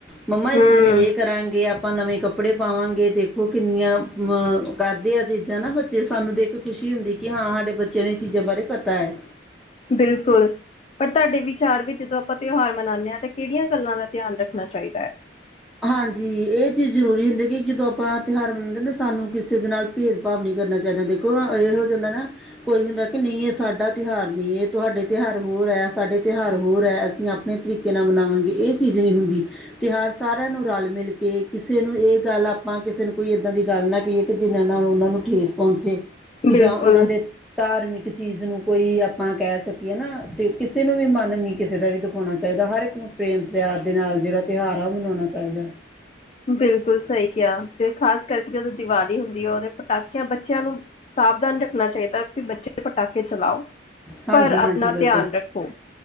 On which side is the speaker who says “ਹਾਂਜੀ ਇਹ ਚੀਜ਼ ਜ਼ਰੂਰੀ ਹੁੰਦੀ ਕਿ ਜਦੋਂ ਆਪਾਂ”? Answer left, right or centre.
Centre